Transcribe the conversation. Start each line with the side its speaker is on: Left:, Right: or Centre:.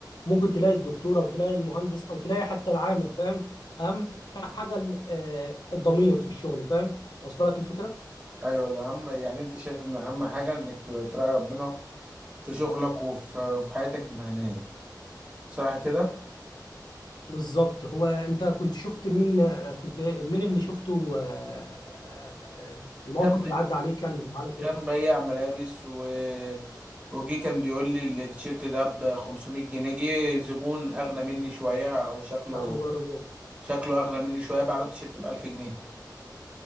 Left: ممكن تلاقي الدكتور او تلاقي المهندس او تلاقي حتى العامل فاهم اهم حاجه ال- آه، الضمير في الشغل فاهم وصل لك الفكره
Right: ايوه ده اهم يعني انت شايف ان اهم حاجة انك تبقى تراعي ربنا في شغلك وفي وفي حياتك المهنية صح كده
Left: بالظبط هو انت كنت شفت مين آه، كنت مين اللي شفته آه، آه، الموقف
Right: كان ب...
Left: اللي عدى عليك يعني مزعله كده
Right: كان بيع ملابس و وجي كان بيقول لي التيشيرت ده ب 500 جنيه جه زبون اغلى مني شوية او شكله
Left: يا خبر ابيض
Right: شكله اغلى مني شوية باع له التيشيرت ب 1000 جنيه